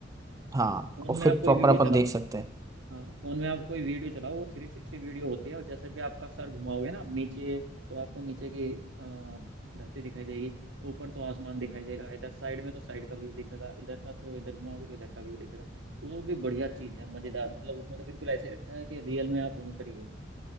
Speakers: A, on the right (about 20°); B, on the right (about 85°).
A: हाँ
B: फोन
A: और
B: में
A: फिर
B: आप कोई
A: प्रॉपर
B: वीडियो
A: अपन
B: चलाओ
A: देख सकते हैं
B: हाँ फोन में आप कोई वीडियो चलाओ वो थ्री सिक्सटी वीडियो होती है और जैसे भी आपका सर घुमाओगे ना आप नीचे तो आपको नीचे की अ, धरती दिखाई देगी ऊपर तो आसमान दिखाई देगा इधर साइड में तो साइड का व्यू दिखेगा इधर का तो इधर घुमाओगे तो इधर का व्यू दिखेगा वो भी बढ़िया चीज है मजेदार मतलब उसमें तो बिल्कुल ऐसे लगता है कि रियल में आप वहीं पर ही हो